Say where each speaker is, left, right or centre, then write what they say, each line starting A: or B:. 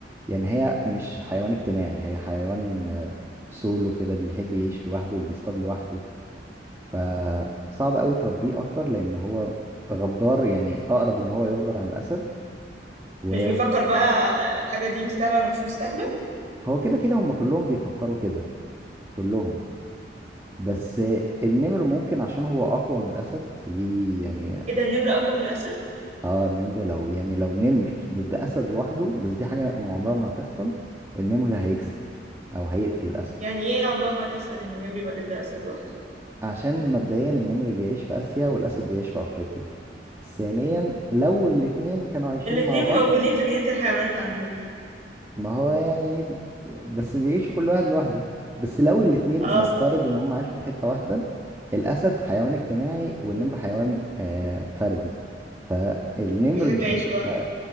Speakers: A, on the right; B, on the right.
A: يعني هي مش حيوان اجتماعي هي حيوان آه، سولو كده بيحب يعيش لوحده وبيصطاد لوحده فصعب أوي تربيه أكتر لأن هو غدار يعني أقرب إن هو يغدر عن الأسد وهو
B: مش بيفكر بقى الحاجة دي مستاهلة ولا مش مستاهلة
A: كده كده هم كلهم بيفكروا كده كلهم بس النمر ممكن عشان هو اقوى من الاسد ودي يعني
B: ايه ده النمر أقوى من الأسد
A: اه النمر لو يعني لو نمر ضد اسد لوحده بس دي حاجه عمرها ما هتحصل النمر هيكسب او هيقتل الاسد
B: يعني ايه عمرها ما هتحصل إن النمر يبقى ضد أسد لوحده
A: عشان مبدئيا النمر بيعيش في اسيا والاسد بيعيش في افريقيا ثانيا لو الاتنين كانوا عايشين
B: الاتنين
A: مع بعض
B: موجودين في جنينة الحيوانات عندنا
A: ما هو يعني بس بيعيشوا كل واحد لوحده بس لو الاتنين
B: اه
A: نفترض
B: صراحة
A: ان هم عاشوا في حتة واحدة الأسد حيوان اجتماعي والنمر حيوان آه، فردي فالنمر
B: بيحب
A: مش
B: يعيش
A: هيبقى
B: لوحده